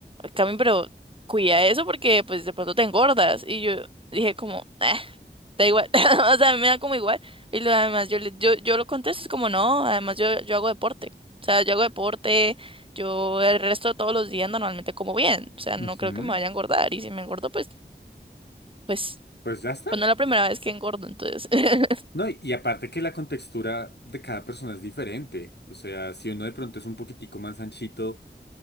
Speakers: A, on the right (about 30°); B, on the left (about 65°).
A: Cami, pero cuida eso porque pues de pronto te engordas. Y yo dije como, "Ah, da igual, <laughs> o sea, me da como igual. Y lo, además yo, le- yo, yo lo contesto, es como, no, además yo, yo hago deporte. O sea, yo hago deporte, yo el resto de todos los días normalmente como bien. O sea,
B: ujú.
A: no creo que me vaya a engordar. Y si me engordo, pues, pues,
B: Pues ya está.
A: pues no es la primera vez que engordo, entonces. <laughs>
B: No, y, y aparte que la contextura de cada persona es diferente. O sea, si uno de pronto es un poquitico más anchito